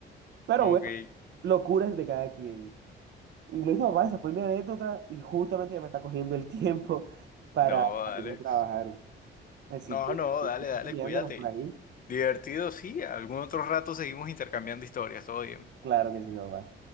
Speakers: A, on the right; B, on the left.
A: Pero
B: Ok.
A: bueno, locuras de cada quien. Y lo papá, esa fue mi anécdota, y justamente ya me está cogiendo el tiempo <laughs> para,
B: No,
A: para
B: dale.
A: ir a trabajar. Así
B: No,
A: que,
B: no,
A: que
B: dale,
A: estamos
B: dale,
A: guiándonos
B: cuídate.
A: por ahí.
B: Divertido, sí. Algún otro rato seguimos intercambiando historias, todo bien.
A: Claro que sí, papá.